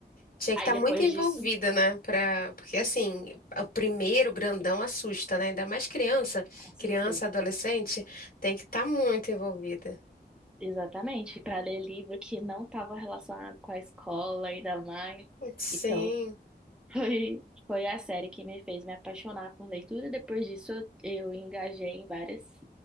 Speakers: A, on the left; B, in the centre.
A: Tinha que
B: aí
A: estar
B: depois
A: muito envolvida,
B: disso,
A: né? Pra... Porque, assim, o primeiro grandão assusta, né? Ainda mais criança.
B: com certeza.
A: Criança, adolescente, tem que estar muito envolvida.
B: Exatamente, para ler livro que não estava relacionado com a escola, ainda mais.
A: Sim.
B: Então, <laughs> foi, foi a série que me fez me apaixonar por leitura. Depois disso, eu, eu engajei em várias